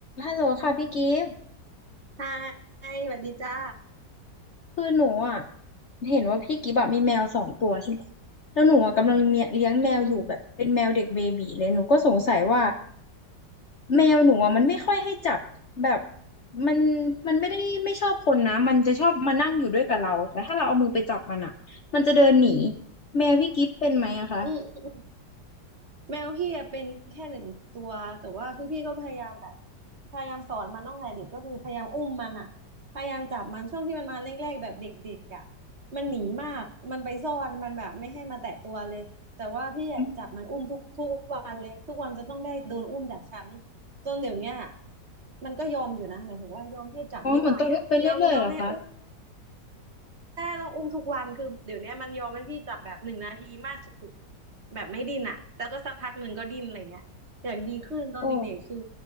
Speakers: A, on the left (about 55°); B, on the right (about 45°).
A: ฮัลโหลค่ะพี่กิฟต์
B: ใช่สวัสดีจ้า
A: คือหนูอ่ะเห็นว่าพี่กิฟต์อะมีแมวสองตัวใช่ไหมแล้วหนูอ่ะกำลังเมียเลี้ยงแมวอยู่แบบเป็นแมวเด็กเบบีเลยหนูก็สงสัยว่า
B: อืมอืม
A: แมวหนูอ่ะมันไม่ค่อยให้จับแบบมันมันไม่ได้ไม่ชอบคนนะมันจะชอบมานั่งอยู่ด้วยกับเราแต่ถ้าเราเอามือไปจับมันอ่ะมันจะเดินหนีแมวพี่กิฟต์เป็นไหมอะคะ
B: อืมอืมอืมแมวพี่อะเป็นแค่หนึ่งตัวแต่ว่าคือพี่ก็พยายามแบบพยายามสอนมันตั้งแต่เด็กก็คือพยายามอุ้มมันอะพยายามจับมันช่วงที่มันมาแรกๆแบบเด็กๆอะมันหนีมากมันไปซ่อนมันแบบไม่ให้มาแตะตัวเลยแต่ว่าพี่อะจับมันอุ้มทุกทุกวันเลยทุกวันจะต้องได้โดนอุ้มจากฉัน
A: อม
B: จนเดี๋ยวเนี้ยมันก็ยอมอยู่นะหมายถึงว่ายอมให้จับนิดหน่อยอะยอมยอมให้อุ้ม
A: อ๋อเหมือนต้องอุ้มไปเรื่อยๆเหรอคะ
B: ใช่ต้องอุ้มทุกวันคือเดี๋ยวเนี้ยมันยอมให้พี่จับแบบหนึ่งนาทีมากสุดแบบไม่ดิ้นอ่ะแต่ก็สักพักหนึ่งก็ดิ้นอะไรเงี้ยอยากดีขึ้นตอนเด็กๆคือ
A: โอ้